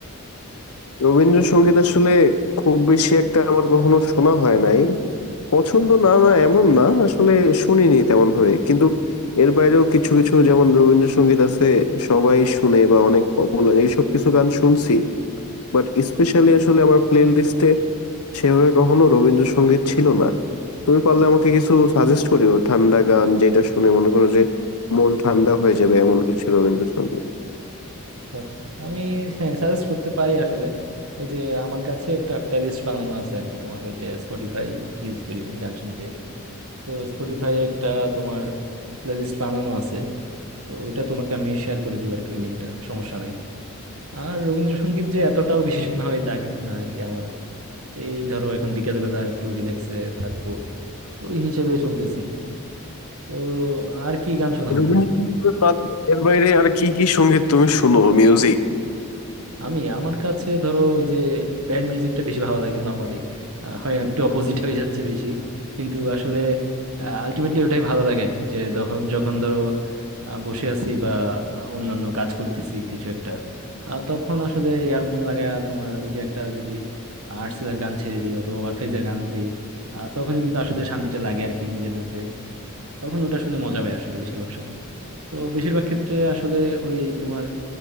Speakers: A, on the left; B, on the right.
A: রবীন্দ্রসঙ্গীত আসলে খুব বেশি একটা আমার কখনো শোনা হয় নাই পছন্দ না না এমন না আসলে শুনিনি তেমন ভাবে কিন্তু এর বাইরেও কিছু কিছু যেমন রবীন্দ্রসঙ্গীত আছে সবাই শুনে বা অনেক পপুলার এইসব কিছু গান শুনছি বাট স্পেশালি আসলে আমার প্লে লিস্টে সেভাবে কখনো রবীন্দ্রসঙ্গীত ছিল না তুমি পারলে আমাকে কিছু সাজেস্ট করিও ঠান্ডা গান যেটা শুনে মনে করো যে মন ঠান্ডা হয়ে যাবে এমন কিছু রবীন্দ্রসঙ্গীত
B: আচ্ছা আচ্ছা আমি হ্যাঁ সাজেস্ট করতে পারি আসলে ওই যে আমার কাছে একটা প্লেলিস্ট বানানো আছে আর কি তোমার ওই যে স্পটিফাই ইউজ করি আমি গান শুনতে তো স্পটিফাই একটা তোমার প্লেলিস্ট বানানো আছে তো ওইটা তোমাকে আমি শেয়ার করে দিব আর কি ওই লিঙ্কটা সমস্যা নাই আর রবীন্দ্রসঙ্গীত যে এতটাও বেশি শোনা হয় তা কিন্তু না আর কি আমার এই ধরো এখন বিকেল বেলা একটু রিল্যাক্সে থাকবো ওই হিসেবে শুনতেছি তো আর কি গান শোনা হয়
A: রবীন্দ্রসঙ্গীত বাদে এর বাইরে আর কি কি সঙ্গীত তুমি শুনো মিউজিক
B: আমি আমার কাছে ধরো ওই যে ব্যান্ড মিউজিকটা বেশি ভালো লাগে নর্মালি হয় একটু অপোজিট হয়ে যাচ্ছে বেশি কিন্তু আসলে আলটিমেটলি ওটাই ভালো লাগে আর কি যে যখন যখন ধরো আহ, বসে আছি বা অন্যান্য কাজ করতেছি কিছু একটা আহ, তখন আসলে ইয়ারফোন লাগায়া তোমার ওই যে একটা যদি আর্টসেলের গান ছেড়ে দিই অথবা ওয়ারফেজের গান দিই আহ, তখনই কিন্তু আসলে শান্তিটা লাগে আর কি নিজের মধ্যে তখন ওটা শুনে মজা পাই আসলে বেশিরভাগ সময় তো বেশিরভাগ ক্ষেত্রে আসলে ওই তোমার